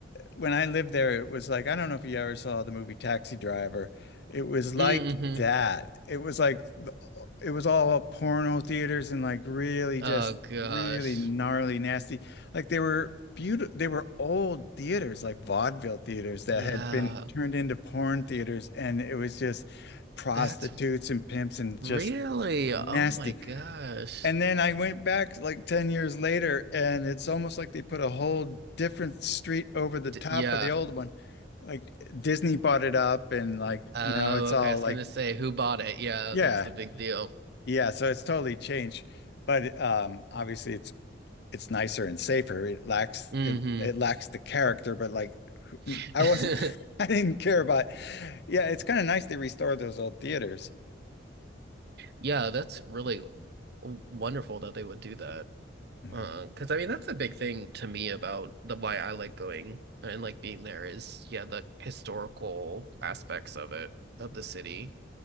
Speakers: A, on the left; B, on the right.
A: when I lived there, it was like, I don't know if you ever saw the movie Taxi Driver. It was like
B: Mm-hmm.
A: that. It was like, the- it was all porno theaters and like really
B: Oh
A: just
B: gosh.
A: really gnarly, nasty. Like they were beautiful, they were old theaters, like vaudeville theaters that
B: Yeah,
A: had been turned into porn theaters. And it was just prostitutes
B: that's
A: and pimps and
B: really,
A: just nasty.
B: oh my gosh.
A: And then I went back like 10 years later, and it's almost like they put a whole different street over the
B: D
A: top
B: yeah.
A: of the old one. Like Disney bought it up, and like
B: Oh,
A: now it's
B: okay.
A: all
B: I was
A: like,
B: gonna say who bought it. Yeah,
A: yeah,
B: that's the big deal.
A: yeah. So it's totally changed. But um, obviously, it's it's nicer and safer. It lacks
B: hmm
A: it it lacks the character, but like
B: <laughs>
A: I wasn't, <laughs> I didn't care about. Yeah, it's kind of nice they restored those old theaters.
B: Yeah, that's really w- wonderful that they would do that.
A: Mhm.
B: Uh, 'cause I mean that's a big thing to me about the why I like going and like being there is yeah, the historical aspects of it, of the city.